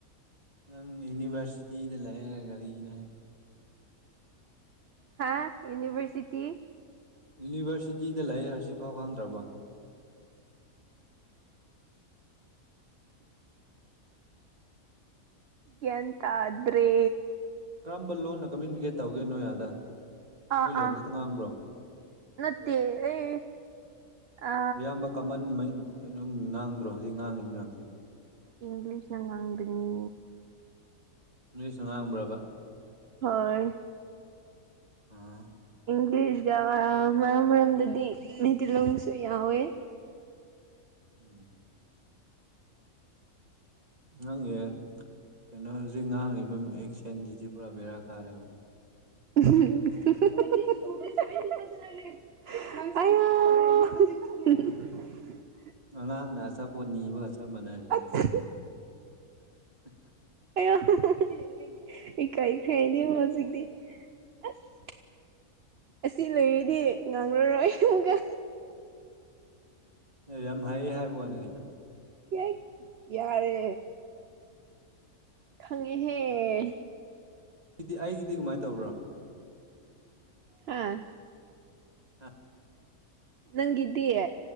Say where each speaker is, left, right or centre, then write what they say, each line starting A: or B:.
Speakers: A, on the right; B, on the right.
A: ꯅꯪ ꯌꯨꯅꯤꯚꯔꯁꯤꯇꯤꯗ ꯂꯩꯔꯔ ꯒꯥꯔꯤꯒꯤꯅꯍ
B: ꯍꯥ ꯌꯨꯅꯤꯚꯔꯁꯤꯇꯤ
A: ꯌꯨꯅꯤꯚꯔꯁꯤꯇꯤꯗ ꯂꯥꯏꯔꯤꯛ ꯍꯔꯁꯤ ꯐꯥꯎꯍꯍꯟꯗ꯭ꯔꯕ
B: ꯌꯟꯇꯥ꯭ꯔꯦ
A: ꯀꯔꯝꯕ ꯂꯣꯟꯅ ꯀꯝꯃ꯭ꯌꯨꯅꯤꯀꯦꯠ ꯇꯧꯒꯦ ꯅꯣꯏ ꯑꯥꯗ
B: ꯑꯥ
A: ꯅꯣꯏ ꯂꯣꯟ
B: ꯑꯥ
A: ꯈꯛꯇ ꯉꯥꯡꯕ꯭ꯔꯣ
B: ꯅꯠꯇꯦ ꯑꯩ ꯑ
A: ꯑꯌꯥꯝꯕ ꯀꯃꯟ ꯀꯩꯅꯣꯝ ꯉꯥꯡꯗ꯭ꯔꯣ ꯍꯧꯖꯤꯛ ꯉꯥꯡꯉꯤ ꯃꯌꯥꯝꯁꯦ
B: ꯏꯪꯂꯤꯁ ꯅꯪ ꯍꯥꯡꯕꯅꯤ
A: ꯅꯣꯏꯁꯨ ꯉꯥꯡꯕ꯭ꯔꯕ
B: ꯍꯣꯏ
A: ꯑꯥ <unintelligible>
B: ꯏꯪꯂꯤꯁ ꯃꯔꯝ ꯃꯔꯝꯗꯗꯤ ꯇꯤꯂꯣꯡꯁꯨ ꯌꯥꯎꯋꯦ
A: ꯎꯝ <inaudible> ꯅꯪꯒꯤ ꯀꯩꯅꯣ ꯍꯧꯖꯤꯛ ꯉꯥꯡꯉꯤꯕ ꯑꯦꯛꯁꯦꯟꯁꯤꯗꯤ ꯄꯨꯔꯥ ꯕꯦꯔꯥ ꯀꯥꯔꯦꯕ
B: ꯑ <unintelligible> <unintelligible>
A: ꯑꯉꯥꯡꯅ ꯑꯆꯥꯄꯣꯠ ꯅꯤꯕꯒ ꯆꯞ ꯃꯥꯟꯅꯔꯦ
B: ꯑꯁ
A: ꯇꯧꯔꯤꯁꯦ <unintelligible>
B: ꯑ <inaudible> ꯏꯀꯥꯏ ꯏꯈꯩ ꯍꯥꯏꯅꯦ ꯍꯧꯖꯤꯛꯇꯤ ꯑꯁ ꯑꯁꯤ ꯂꯩꯏꯔꯗꯤ ꯉꯥꯡꯂꯔꯣꯏ ꯑꯃꯨꯛꯀ
A: ꯑꯦ ꯌꯥꯝ ꯍꯥꯏꯌꯦ ꯍꯥꯏꯕ ꯋꯥꯅꯤ ꯀꯩꯅꯣ
B: ꯀꯏ ꯌꯥꯔꯦ ꯈꯪꯉꯦꯍꯦ
A: ꯗꯤ ꯑꯩꯒꯤꯗꯤ ꯀꯃꯥꯏꯅ ꯇꯧꯕ꯭ꯔꯥ
B: ꯍꯥꯥ
A: ꯍꯥ
B: ꯅꯪꯒꯤꯗꯤ